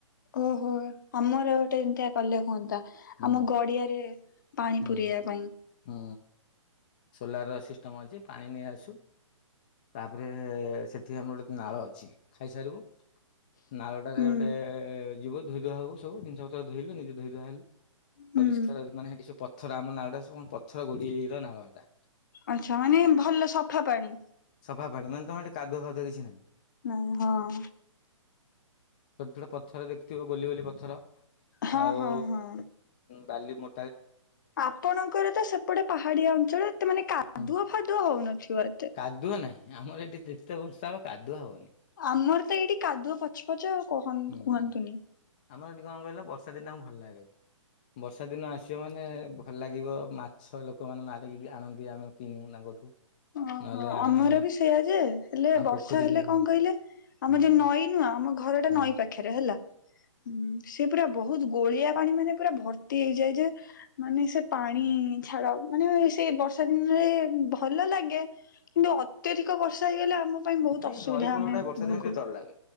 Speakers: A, on the left; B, on the left.
A: ଓହୋ! ଆମର ଗୋଟେ ଏମିତିଆ କଲେ ହୁଅନ୍ତା
B: ହୁଁ
A: ଆମ ଗଡି଼ଆରେ ପାଣି
B: ହୁଁ
A: ପୁରେଇବା ପାଇଁ।
B: ହୁଁ। ସୋଲାର୍ ର ସିଷ୍ଟମ୍ ଅଛି ପାଣି ନେଇଆସୁ। ତାପରେ ସେଠି ଆମର ନାଳ ଅଛି ଖାଇସାରିବୁ। ନାଳଟାରେ
A: ହୁଁ
B: ଓଟେ ଯିବ ଧୋଇ ଧୁଆ ହବୁ ସବୁ ଜିନିଷ ପତ୍ର ଧୋଇଲୁ ନିଜ ଧୋଇ ଧୁଆ ହେଲୁ
A: ହୁଁ
B: ପରିଷ୍କାର ମାନେ ହେଠି ସେ ପଥର ଆମ ନାଳଟା ସବୁ ଅଁ ପଥର ଗୋଡି଼ର ନାଳ। ଲା।
A: ଆଛା, ମାନେ ଭଲ ସଫା ପାଣି।
B: ସଫା ପାଣି, ମାନେ ତମ ହେଠି କାଦୁଅ ଫାଦୁଅ କିଛି ନାହିଁ।
A: ନା ହଁ।
B: ଛୋଟ ଛୋଟ ପଥର ଦେଖିଥିବ, ଗୋଲିଗୋଲି ପଥର?
A: ହଁ
B: ଆଉ
A: ହଁ ହଁ।
B: ବାଲି ମ
A: ଆପଣଙ୍କର ତ ସେପଟେ ପାହାଡିଆ ଅଞ୍ଚଳ, ମାନେ କାଦୁଅ
B: ହୁଁ,
A: ଫାଦୁଅ ହଉନଥିବ ଏତେ।
B: କାଦୁଅ ନାହିଁ, ଆମର ଏଠି ଯେତେ ବର୍ଷା ହବ କାଦୁଅ ହବନି।
A: ଆମର ତ ଏଇଠି କାଦୁଅ ପଚପଚ କହନି,
B: ହୁଁ
A: କୁହନ୍ତୁନି।
B: ଆମର ଏଠି କଣ କହିଲ, ବର୍ଷା ଦିନେ ଭଲ ଲାଗେ। ବର୍ଷା ଦିନ ଆସିବ ମାନେ ଭଲ ଲାଗିବ ମାଛ ଲୋକମାନେ ମାରିକି ବି ଆଣନ୍ତି, ଆମେ କିଣୁ ତାଙ୍କଠୁ
A: ଓହୋ,
B: ନହେଲେ ଆମେ
A: ଆମର ବି ସେଇଆ ଯେ ହେଲେ
B: ଆମ
A: ବର୍ଷା
B: ପୋଖରୀରେ
A: ହେଲେ କଣ
B: ହୁଁ
A: କହିଲେ, ଆମ
B: ହୁଁ
A: ଯୋଉ ନଈ ନୁହଁ, ଆମ ଘରଟା
B: ହୁଁ
A: ନଈ ପାଖରେ ହେଲା। ହୁଁ, ସେ ପୁରା ବହୁତ ଗୋଳିଆ ପାଣି ମାନେ ପୁରା ଭର୍ତ୍ତି ହେଇଯାଏ ଯେ, ମାନେ ସେ ପାଣି ଛାଡ଼, ମାନେ ସେଇ ବର୍ଷା ଦିନରେ ଭଲ ଲାଗେ କିନ୍ତୁ ଅତ୍ୟଧିକ ବର୍ଷା ହେଇଗଲେ, ଆମ ପାଇଁ ବହୁତ
B: ନାଇଁ
A: ଅସୁବିଧା
B: ନଈ କୂଳଟା
A: ଆମେ
B: ବର୍ଷା
A: ଭୋଗୁ।
B: ଦିନେ ଟିକେ ଡର ଲାଗେ।